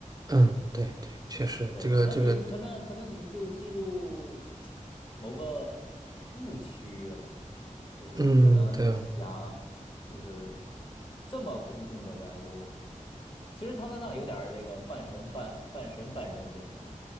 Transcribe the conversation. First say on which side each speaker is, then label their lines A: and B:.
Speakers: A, on the right; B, on the left.
A: 嗯，对对，确实，
B: 对，
A: 这个这个，
B: 可能你可能可能你就进入某个误区了，就是你可能想就是
A: 嗯，对
B: 这么公众的人物，其实唐三藏有点儿这个半神半半神半人这种，